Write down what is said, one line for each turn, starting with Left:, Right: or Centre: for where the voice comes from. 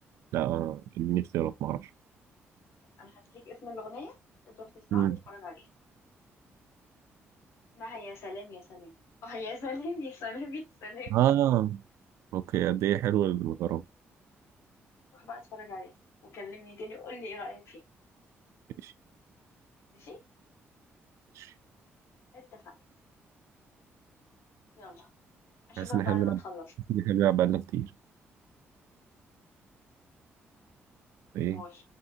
Right: لا آه، اديني اختيارات معرفش
Left: انا هديك اسم الاغنيه تقدر تسمعها
Right: مم.
Left: وتتفرج عليها ما هي يا سلام يا سلام اه يا سلام يا سلام يا سلام
Right: اه اوكي قد ايه حلو الغرام
Left: روح بقى اتفرج عليها وكلمني تاني وقول لي ايه رايك فيها
Right: ماشي
Left: ماشي
Right: ماشي.
Left: اتفقنا يلا اشوفك
Right: حاسس ان
Left: بعد
Right: احنا بنلعب
Left: ما تخلص
Right: <laughs> حاسس إن احنا بنلعب بقالنا كتير ايه
Left: باي